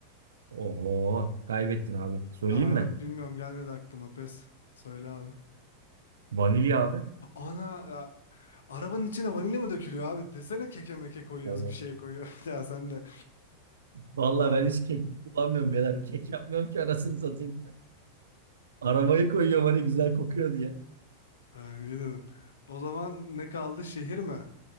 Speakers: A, on the right; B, on the left.
A: Oo kaybettin abi. Söyleyeyim
B: Aa
A: mi?
B: yok bilmiyorum gelmedi aklıma pes. Söyle abi.
A: Vanilya abi.
B: Ana ya, arabanın içine vanilya mı dökülüyor abi? Desene keke meke koyuyoruz
A: Oo.
B: bir şey koyuyor. <laughs> ya sen de.
A: Vallahi
B: Tamam.
A: ben hiç kek kullanmıyorum birader. Kek yapmıyorum ki anasını satayım. Arabayı koyuyorum hani güzel kokuyor diye.
B: Ha, iyi dedin. O zaman ne kaldı? Şehir mi?